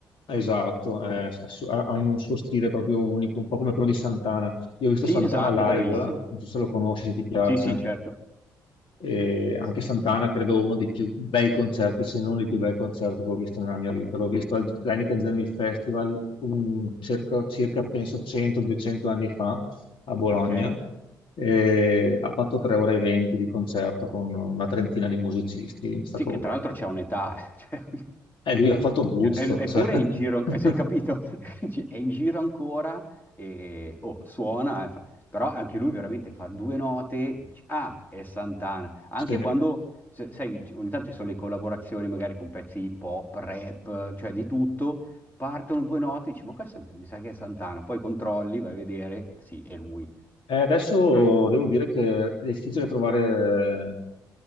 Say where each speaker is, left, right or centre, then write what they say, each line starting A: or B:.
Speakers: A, on the left (about 60°); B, on the left (about 20°).
A: Esatto, è- ha ha un suo stile proprio unico, un po' come quello di Santana. Io ho visto
B: Sì,
A: Santana
B: esatto,
A: live,
B: bravissimo.
A: non so se lo conosci, se ti piace.
B: Sì, sì, certo.
A: E anche Santana credo uno dei più bei concerti, se non il più bel concerto che ho visto nella mia vita. L'ho visto al Heineken Jam Hill Festival un- circa, circa, penso 100-200 anni fa a Bologna.
B: Ok.
A: E ha fatto 3 ore e 20 di concerto con una trentina di musicisti. È stato-
B: Sì, che tra l'altro c'è un'età. eh. <laughs> Cioè,
A: eh, lui ha fatto Woodstock,
B: E- Eppure
A: cioè.
B: è in giro, an-
A: <laughs>
B: cioè, hai capito? <laughs> Dici, È in giro ancora e oh, suona, e fa- però anche lui veramente fa due note, dici, ah, è Santana. Anche
A: Sì.
B: quando, se- sai, ogni tanto ci sono le collaborazioni magari con pezzi pop, rap, cioè di tutto, partono due note, dici, ma questo mi, mi sa che è Santana, poi controlli, vai a vedere, sì, è lui.
A: E adesso devo dire che è difficile trovare